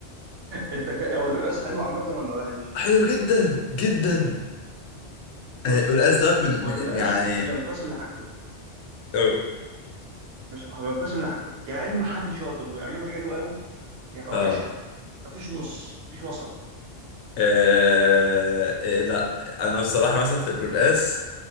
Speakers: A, on the right (about 65°); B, on the left (about 85°).
A: انت ك... هو القلقاس حلو عامة ولا وحش؟
B: <laughs> حلو جدا جدا
A: بص
B: أنا القلقاس دوت من
A: هو
B: من
A: القلقاس
B: يعني
A: ينقسم لحاجتين
B: اه
A: مش هو ينقسم لحاجتين يا اما حد شاطر ويعمله حلو قوي يا يبقى
B: آه،
A: وحش قوي مفيش نص مفيش وسط
B: آه، إيه، لا انا بصراحه مثلا في القلقاس